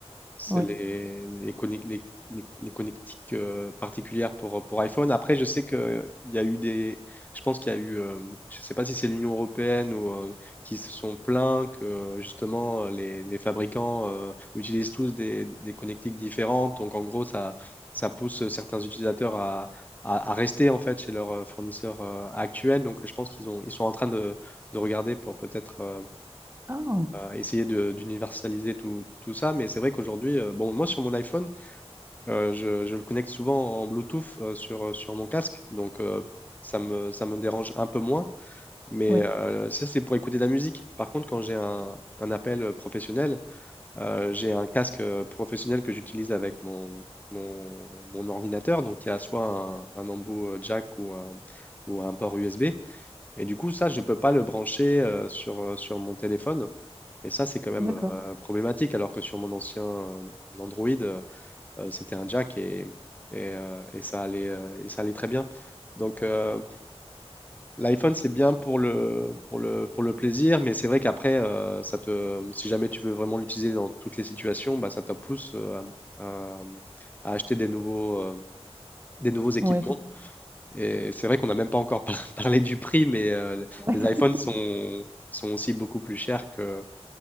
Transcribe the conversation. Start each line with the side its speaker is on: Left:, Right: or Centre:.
Left: C'est
Right: Oui.
Left: les, les, connect les, les- les connectiques euh, particulières pour, pour iPhone. Après, je sais qu'il y a eu des. Je pense qu'il y a eu. euh, je sais pas si c'est l'Union européenne ou euh, qui se sont plaints que euh, justement les, les fabricants euh, utilisent tous des, des connectiques différentes. Donc, en gros, ça, ça pousse certains utilisateurs à, à, à rester en fait chez leur euh, fournisseur euh, actuel. Donc, je pense qu'ils ont, ils sont en train de, de regarder pour peut-être. euh,
Right: Ah,
Left: essayer de- d'universaliser tout, tout ça, mais c'est vrai qu'aujourd'hui, euh, bon, moi sur mon iPhone, euh, je, je le connecte souvent en Bluetooth euh, sur, euh, sur mon casque, donc euh, ça me, ça me dérange un peu moins, mais
Right: oui,
Left: euh, ça c'est pour écouter de la musique. Par contre, quand j'ai un, un appel euh, professionnel, euh, j'ai un casque euh, professionnel que j'utilise avec mon, mon, mon ordinateur, donc il y a soit un, un embout euh, jack ou un, ou un port USB. Et du coup, ça, je ne peux pas le brancher euh, sur, euh, sur mon téléphone. Et ça, c'est quand même
Right: d'accord.
Left: euh, problématique, alors que sur mon ancien euh, Android, euh, euh, c'était un jack et, et, euh, et ça allait, euh, et ça allait très bien. Donc euh, l'iPhone, c'est bien pour le, pour le, pour le plaisir, mais c'est vrai qu'après, euh, ça te, si jamais tu veux vraiment l'utiliser dans toutes les situations, bah, ça te pousse euh, à, à- à acheter des nouveaux, euh, des nouveaux équipements.
Right: Oui, tout...
Left: Et c'est vrai qu'on n'a même pas encore par- <laughs> parlé du prix, mais euh,
Right: <laughs>
Left: les iPhones sont, sont aussi beaucoup plus chers que,